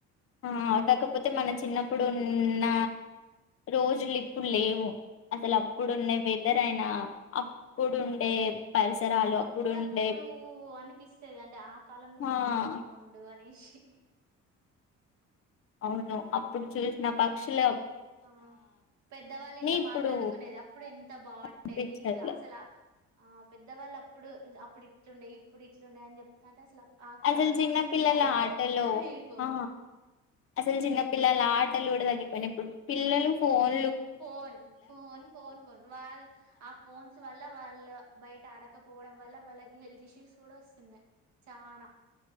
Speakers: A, on the left (about 50°); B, on the right (about 70°).
A: ఆ కాకపోతే మనం చిన్నప్పుడు ఉన్న రోజులు ఇప్పుడు లేవు అసలు అప్పుడున్న
B: ఉమ్.
A: వెదర్ అయినా అప్పుడుండే పరిసరాలు అప్పుడుండే
B: అప్పుడప్పుడు అనిపిస్తది అంటే ఆ కాలంలో పుట్టుండే
A: ఆ
B: బాగుండు అనేసి
A: అవును అప్పుడు చూసిన పక్షులే
B: ఆ పెద్దవాళ్ళు ఇట్లా
A: ఇప్పుడు
B: మాట్లాడుకునేది అప్పుడు ఎంత బాగుండేది
A: కనిపించట్లే
B: అసలు ఆ పెద్దవాళ్ళ ఇప్పుడు అప్పుడు ఇట్లుండే ఇప్పుడు ఇట్లుండే అని చెప్తుంటే అసలు ఆ కాలంలో
A: అసలు చిన్న
B: పుట్టుంటే
A: పిల్లల
B: అయిపోవు
A: ఆటలో
B: అయిపోవు
A: ఆ అసలు చిన్నపిిల్లలు ఆటలు కూడా తగగిపోయిన ఇప్పుడు పిల్లలు phone
B: phone phone phone phone వాళ్ళ ఆ ఫోన్స్ వల్ల వాళ్ళు ళ్ళ బయట ఆడకపోవడం వల్ల వాళ్ళకి హెల్త్ ఇష్యూస్ కూడా వస్తున్నాయి చనా